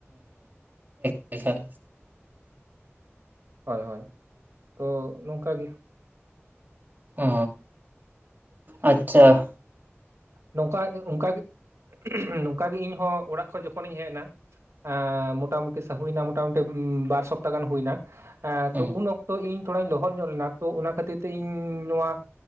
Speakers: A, on the right (about 40°); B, on the right (about 75°).
A: ᱮ ᱠᱷᱟᱱ
B: ᱦᱚᱭ ᱦᱚᱭ ᱛᱚ ᱱᱚᱝᱠᱟ ᱜᱤ
A: ᱚ ᱟᱪᱪᱷᱟ ᱾
B: ᱱᱚᱝᱠᱟ ᱜᱮ ᱚᱱᱠᱟ ᱜᱮ ᱱᱚᱝᱠᱟ ᱜᱮ ᱤᱧᱦᱚᱸ ᱚᱲᱟᱜ ᱠᱷᱚᱡ ᱡᱚᱠᱷᱚᱱᱤᱧ ᱦᱮᱡ ᱱᱟ ᱾ ᱟᱸ ᱢᱚᱴᱟᱢᱩᱴᱤ ᱥᱟᱦᱩᱭ ᱱᱟ ᱢᱚᱴᱟᱢᱩᱴᱤ ᱵᱟᱨ ᱥᱚᱯᱛᱟ ᱜᱟᱱ ᱦᱩᱭ ᱱᱟ ᱾ ᱮᱸ
A: ᱦᱩᱸ
B: ᱛᱚ ᱩᱱ ᱚᱠᱛᱚ ᱤᱧ ᱛᱷᱚᱲᱟᱧ ᱞᱚᱦᱚᱫ ᱧᱚᱜ ᱞᱮᱱᱟ ᱛᱚ ᱚᱱᱟ ᱠᱷᱟᱹᱛᱤᱨ ᱛᱮ ᱤᱧ ᱱᱚᱣᱟ